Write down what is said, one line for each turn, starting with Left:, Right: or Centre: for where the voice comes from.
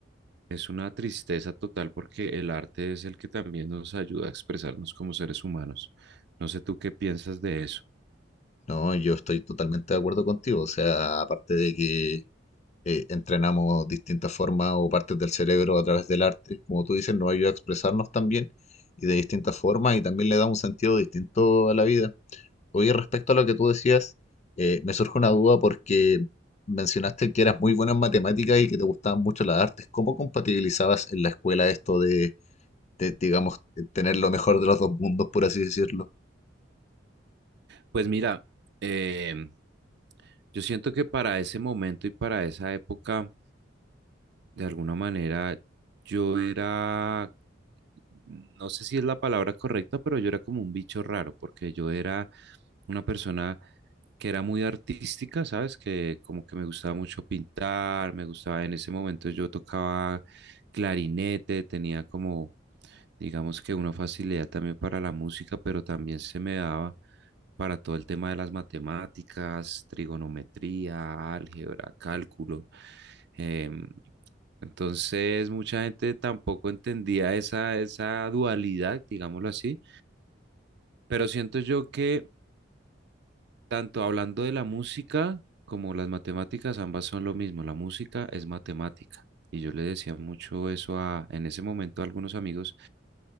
Right: es una tristeza total porque el arte es el que también nos ayuda a expresarnos como seres humanos. No sé tú qué piensas de eso.
Left: No, yo estoy totalmente de acuerdo contigo, o sea, aparte de que eh, entrenamos distintas formas o partes del cerebro a través del arte. Como tú dices, nos ayuda a expresarnos también y de distintas formas y también le da un sentido distinto a la vida. Oye, respecto a lo que tú decías, eh, me surge una duda porque mencionaste que eras muy buena en matemáticas y que te gustaban mucho las artes. ¿Cómo compatibilizabas en la escuela esto de, de, digamos, eh, tener lo mejor de los dos mundos, por así decirlo?
Right: Pues mira, em, yo siento que para ese momento y para esa época de alguna manera yo era, no sé si es la palabra correcta, pero yo era como un bicho raro, porque yo era una persona que era muy artística, ¿sabes? Que como que me gustaba mucho pintar, me gustaba, en ese momento yo tocaba clarinete, tenía como, digamos que una facilidad también para la música, pero también se me daba para todo el tema de las matemáticas, trigonometría, álgebra, cálculo. em, entonces, mucha gente tampoco entendía esa, esa dualidad, digámoslo así, pero siento yo que tanto hablando de la música como las matemáticas, ambas son lo mismo, la música es matemática. Y yo le decía mucho eso a, en ese momento a algunos amigos